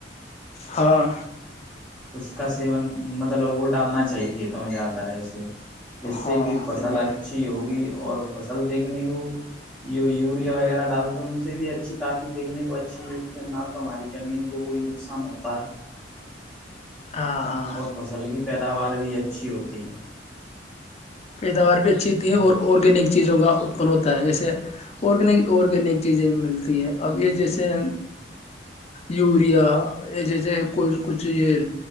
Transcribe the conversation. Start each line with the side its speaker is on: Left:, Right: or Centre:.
Left: ہاں <unintelligible>
Centre: اس کا سیون مطلب وہ ڈالنا چاہیے کھیتوں میں جیاد رہےس <unintelligible> جس سے
Left: ہاں
Centre: کہ فصل
Left: صحیح ہے
Centre: اچھی ہوگی <unintelligible> اور فصل دیکھنے کو جو یوریا وغیرہ ڈالتے ہیں ان سے بھی اچھی کافی دیکھنے کو اچھی ملتی ہے نہ تو ہماری زمین کو کوئی نقصان ہوتا ہے <unintelligible>
Left: ہاں ہاں
Centre: اور فصل کی پیداوار <unintelligible> بھی اچھی ہوتی ہے <unintelligible>
Left: پیداوار بھی اچھی ہوتی ہے اور آرگینک چیزوں کا اتپن ہوتا ہے جیسے آرگینک آرگینک چیزیں ملتی ہیں اب یہ جیسے یوریا یہ جیسے کوئی کچھ یہ